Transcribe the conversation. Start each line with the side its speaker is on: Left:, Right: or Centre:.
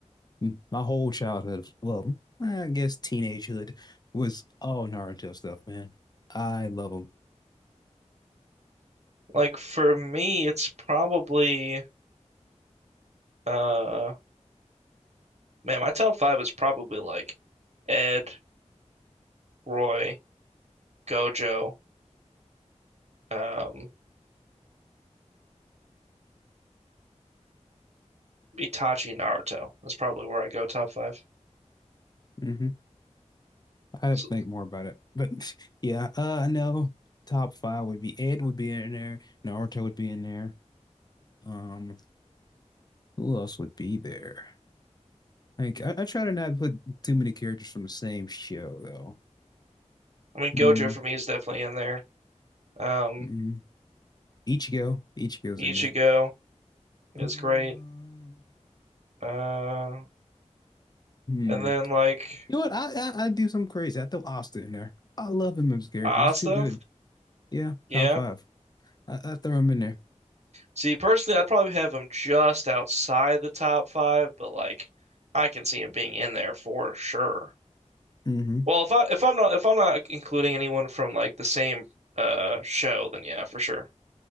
Left: m- my whole childhood, well, I guess teenagehood was all Naruto stuff, man. I love them.
Right: Like for me, it's probably uh man, my top five is probably like Ed, Roy, Gojo, um, Itachi, Naruto. That's probably where I go top five.
Left: hmm I have
Right: So,
Left: to think more about it, but <laughs> yeah, uh, I know top five would be Ed would be in there, Naruto would be in there. Um, who else would be there? Like I, I try to not put too many characters from the same show though.
Right: I mean,
Left: Mm-hmm.
Right: Gojo for me is definitely in there. Um,
Left: Mm-hmm. Ichigo, Ichigo's
Right: Ichigo
Left: in there.
Right: is
Left: Um,
Right: great. Uh,
Left: Hmm.
Right: and then like
Left: You know what? I, I I do something crazy. I throw Asta in there. I love him as a character.
Right: Asta,
Left: He's too good. Yeah,
Right: yeah.
Left: top five. I, I throw him in there.
Right: See, personally, I'd probably have him just outside the top five, but like I can see him being in there for sure.
Left: Mm-hmm.
Right: Well, if I if I'm not if I'm not including anyone from like the same uh show, then yeah, for sure.